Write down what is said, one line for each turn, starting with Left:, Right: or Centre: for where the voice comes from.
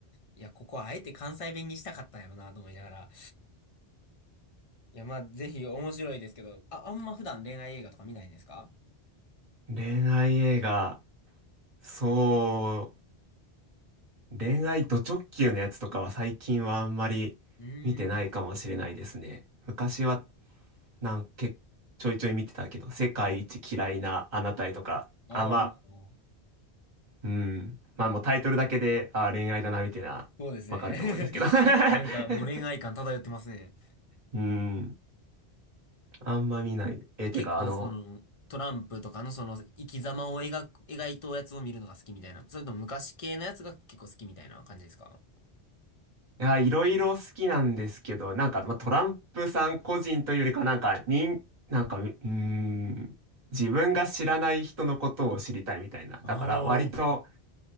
Left: いや、ここはあえて関西弁にしたかったんやろなと思いながら。いや、まあ、ぜひ面白いですけど、あ、あんま普段恋愛映画とか見ないんですか
Right: <laughs> 恋愛映画、そう、恋愛ド直球のやつとかは最近はあんまり見てないかもしれないですね。
Left: うーん。
Right: 昔はなんけ、ちょいちょい見てたけど、世界一嫌いなあなたへとか、
Left: ああ、あー
Right: あ、まあ、うん。まあもうタイトルだけで、あ、恋愛だな、みたいな、
Left: そうですね。
Right: わかると思うんですけど。
Left: <laughs>
Right: <laughs>
Left: なんかもう恋愛感漂ってますね。
Right: うん。あんま見ない。え、てか、
Left: 結構その、
Right: あの、
Left: トランプとかのその生き様を描く、描いたやつを見るのが好きみたいな。それとも昔系のやつが結構好きみたいな感じですか
Right: いや、いろいろ好きなんですけど、なんか、まあ、トランプさん個人というよりか、なんか、人、なんか、みうん、自分が知らない人のことを知りたいみたいな。
Left: ああー。
Right: だから、割と、